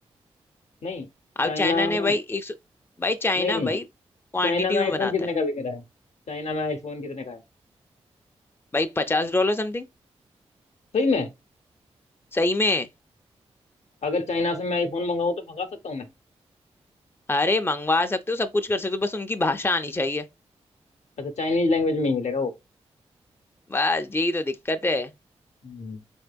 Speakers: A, on the left; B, on the left.
A: नहीं
B: अब
A: चाइना
B: चाइना ने
A: नहीं
B: भाई एक सौ भाई चाइना
A: नहीं
B: भाई क्वांटिटी
A: चाइना में
B: में
A: आईफोन
B: बनाता
A: कितने
B: है
A: का बिक रहा है चाइना में आईफोन कितने का है
B: भाई पचास डॉलर समथिंग
A: सही में
B: सही में
A: अगर चाइना से मैं आईफोन मंगाऊँ तो मंगा सकता हूँ मैं
B: अरे मंगवा सकते हो सब कुछ कर सकते हो बस उनकी भाषा आनी चाहिए
A: अच्छा चाइनीज लैंग्वेज में ही मिलेगा वो
B: बस यही तो दिक्कत है
A: हम्म